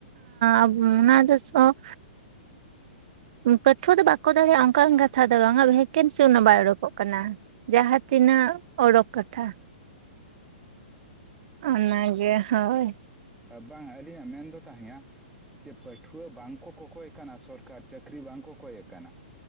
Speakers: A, on the right; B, in the centre.
A: ᱟᱵ ᱚᱱᱟ ᱡᱟᱥ ᱟᱣ, ᱯᱟᱹᱴᱷᱩᱣᱟᱹ ᱫᱚ ᱵᱟᱠᱚ ᱫᱟᱲᱮᱭᱟᱜ-ᱟ ᱚᱱᱠᱟᱱ ᱠᱟᱛᱷᱟ ᱫᱚ ᱵᱟᱝ-ᱟ ᱵᱷᱮᱠᱮᱱᱥᱤ ᱩᱱᱟ. ᱜ ᱵᱟᱭ ᱩᱲᱳᱠᱚᱜ ᱠᱟᱱᱟ᱾ ᱡᱟᱦᱟᱸ ᱛᱤᱱᱟᱹᱜ ᱚᱰᱚᱜ ᱠᱟᱛᱷᱟ᱾ ᱚᱱᱟᱜᱮ ᱦᱳᱭ᱾
B: ᱟ ᱵᱟᱝᱟ ᱟᱹᱞᱤᱧᱟᱜ ᱢᱮᱱᱫᱚ ᱛᱟᱦᱮᱸᱼᱟ᱾ ᱡᱮ ᱯᱟᱹᱴᱷᱩᱣᱟᱹ ᱵᱟᱝ ᱠᱚ ᱠᱚᱠᱚᱭ ᱠᱟᱱᱟ ᱥᱚᱨᱠᱟᱨ ᱪᱟᱹᱠᱨᱤ ᱵᱟᱝ ᱠᱚ ᱠᱚᱭᱮ ᱠᱟᱱᱟ,